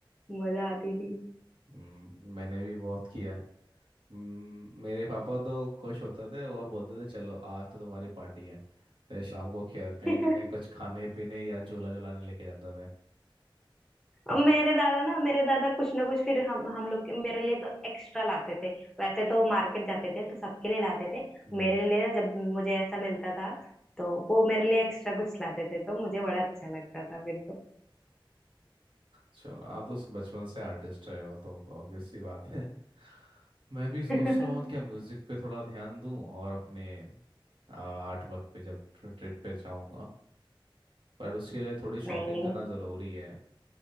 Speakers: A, in the centre; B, on the right.
A: मजा आती थी
B: हम्म, मैंने भी बहुत किया है। हम्म, मेरे पापा तो खुश होते थे और बोलते थे चलो आज तो तुम्हारी पार्टी है फिर शाम को क्या कहीं
A: <laughs>
B: ना कहीं कुछ खाने पीने या झूला झुलाने लेके जाते थे
A: और मेरे दादा ना मेरे दादा कुछ ना कुछ फिर हम हम लोग मेरे लिए तो एक्स्ट्रा लाते थे वैसे तो मार्केट जाते थे तो सबके लिए लाते थे
B: हम्म
A: मेरे लिए ना जब मुझे ऐसा मिलता था तो वो मेरे लिए एक्स्ट्रा कुछ लाते थे तो मुझे बड़ा अच्छा लगता था फिर तो
B: चलो आप तो बचपन से आर्टिस्ट रहे हो तो ऑब्वियस सी बात है <laughs> मैं भी सोच
A: <laughs>
B: रहा हूँ क्या म्यूजिक पे थोड़ा ध्यान दूं और अपने आर्ट वर्क पे जब ट्रिप पे जाऊंगा पर उसके लिए थोड़ी शॉपिंग
A: नहीं नहीं
B: करना ज़रूरी है